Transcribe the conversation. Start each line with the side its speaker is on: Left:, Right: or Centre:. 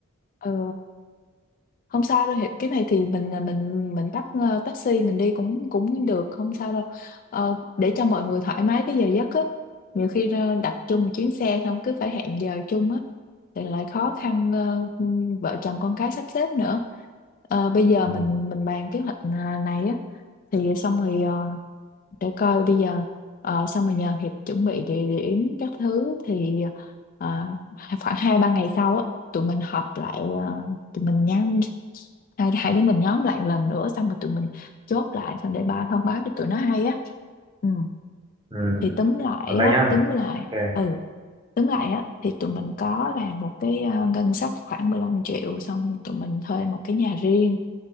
Left: ờ, không sao đâu Hiệp cái này thì mình à, mình mình bắt ờ, taxi mình đi cũng cũng được không sao đâu Ờ, để cho mọi người thoải mái cái giờ giấc á nhiều khi ờ, đặt chung một chuyến xe xong cứ phải hẹn giờ chung á thì lại khó khăn ờ, vợ chồng con cái sắp xếp nữa Ờ, bây giờ
Right: ừ.
Left: mình mình bàn kế hoạch n- này á thì xong rồi ờ, để coi bây giờ ờ, xong rồi nhờ Hiệp chuẩn bị địa điểm các thứ thì ờ, khoảng hai ba ngày sau á tụi mình họp lại ờ, tụi mình nhắn hai hai đứa mình nhóm lại một lần nữa xong rồi tụi mình chốt lại xong để ba thông báo cho tụi nó hay á ừ
Right: Ừ.
Left: thì túm lại
Right: Còn đây
Left: á
Right: nhá
Left: túm lại
Right: ok
Left: ừ túm lại á thì tụi mình có làm một cái ờ, ngân sách khoảng mười lăm triệu xong tụi mình thuê một cái nhà riêng